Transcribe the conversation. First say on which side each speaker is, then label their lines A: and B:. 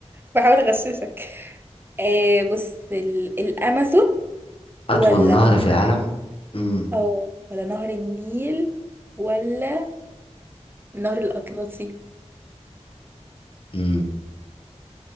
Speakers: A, on the right; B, on the left.
A: بحاول أغششك آه بص ال- الأمازون
B: اطول
A: ولا
B: نهر في العالم امم
A: أو ولا نهر النيل ولا النهر الأطلسي
B: امم